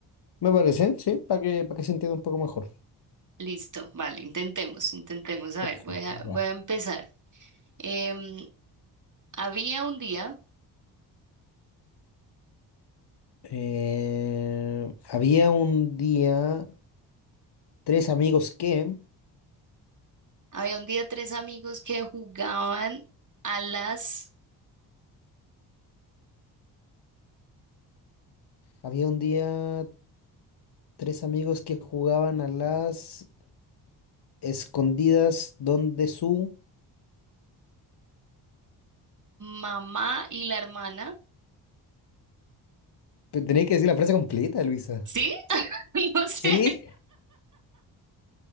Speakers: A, on the left; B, on the right.
A: Me parece, sí, para que, para que se entienda un poco mejor.
B: Listo, vale, intentemos, intentemos. A
A: Perfecto,
B: ver, voy a,
A: ya.
B: voy a empezar. Em, había un día,
A: Eh, había un día tres amigos que,
B: había un día tres amigos que jugaban a las
A: había un día tres amigos que jugaban a las escondidas donde su...
B: mamá y la hermana.
A: Tenía que decir la frase completa, Luisa.
B: ¿Sí? <laughs> No sé.
A: ¿Sí?